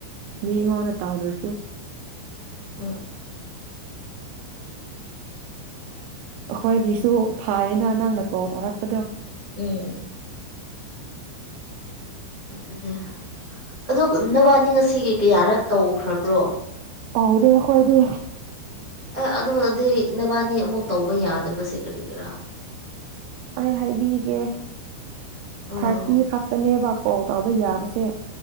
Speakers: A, on the right; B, on the right.
A: ꯃꯤꯉꯣꯟꯗ
B: ꯎꯝ
A: ꯇꯧꯗ꯭ꯔꯁꯨ
B: <inaudible> <inaudible>
A: ꯑꯩꯈꯣꯏꯒꯤꯁꯨ ꯐꯥꯏꯌꯦꯅ ꯅꯪꯅ ꯀꯣꯜ ꯇꯧꯔꯛꯄꯗꯣ
B: ꯎꯝ ꯑꯗꯨꯗꯤ ꯑꯗꯣ ꯅꯕꯥꯅꯤ ꯉꯁꯤꯒꯤ ꯀꯌꯥꯔꯛ ꯇꯧꯈ꯭ꯔꯕ꯭ꯔꯣ
A: ꯇꯧꯗꯦ ꯑꯩ ꯈꯣꯏꯗꯤ
B: ꯑꯦ ꯑꯗꯨꯗꯤ ꯅꯕꯥꯅꯤ ꯑꯃꯨꯛ ꯇꯧꯕ ꯌꯥꯗꯕꯁꯦ ꯀꯔꯤꯒꯤꯔꯥ
A: ꯑꯩ ꯍꯥꯏꯕꯤꯒꯦ
B: ꯑꯥ
A: ꯊꯔꯇꯤ ꯈꯛ ꯇꯅꯦꯕ ꯀꯣꯜ ꯇꯥꯎꯕ ꯌꯥꯕꯁꯦ